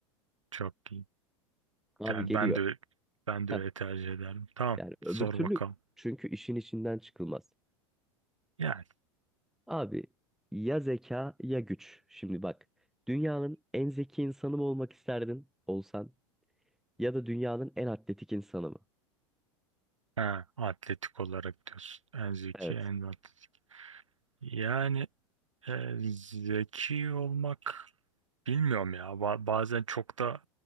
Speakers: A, on the right; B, in the centre.
A: Çok iyi.
B: Abi
A: Yani
B: geliyor.
A: ben de ben
B: Heh,
A: de öyle tercih ederim. Tamam,
B: yani öbür
A: sor
B: türlü
A: bakalım.
B: çünkü işin içinden çıkılmaz.
A: Yani
B: Abi ya zeka ya güç. Şimdi bak dünyanın en zeki insanı mı olmak isterdin olsan ya da dünyanın en atletik insanı mı?
A: Ha, atletik olarak diyorsun. En zeki,
B: Evet.
A: en atletik. Yani e, zeki olmak bilmiyorum ya. Ba- bazen çok da